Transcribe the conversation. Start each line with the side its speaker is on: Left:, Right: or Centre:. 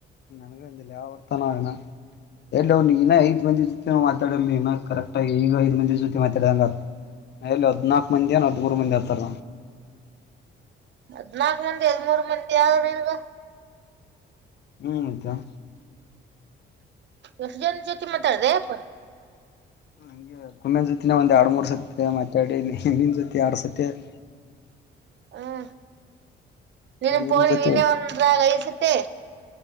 Left: ನನಗ ಅಂದಿಲ್ಲ ಯಾವ ಬರ್ತನ ಹಿನಾ. ಎಲ್ಲೆವ್ ನೀ ಇನ್ನ ಐದ್ ಮಂದಿ ಜೊತಿ ಮಾತಾಡಿಲ್ ನೀ ಹಿನಾ ಕರೆಕ್ಟಾಗಿ ಈಗ ಐದ ಮಂದಿ ಜೊತಿ ಮಾತಾಡಂಗ ಆತ್. ನಾ ಎಲ್ಲ ಹದ್ನಾಕು ಮಂದಿ ಏನ್ ಹದ್ಮೂರು ಮಂದಿ ಆರ್ತಾರ.
Right: ಹದ್ನಾಕ್ ಮಂದಿ ಹದ್ಮೂರ್ ಮಂದಿ ಅದರ್ ನಿನ್ಗ.
Left: ಹ್ಮ್ ಮತ್ತ.
Right: ಎಷ್ಟ ಜನ ಜೊತಿ ಮಾತಾಡಿದ್ಯಪ್ಪ.
Left: ಹಂಗೆ ಕುಮ್ಮ್ಯಾನ್ ಜೊತಿನ ಒಂದ್ ಆರಡ್ ಮೂರ್ ಸತ ಮಾತಾಡಿನಿ ನೀನ್ ಜೊತಿ ಎರಡ್ ಸತೆ. <inaudible>
Right: ಹ್ಮ ನೀನು ಫೋನ್
Left: ಇವ್ನ್ ಜೊತೆ
Right: ನೀನೇ ಒಂದಾಗ ಐದ್ ಸತಿ.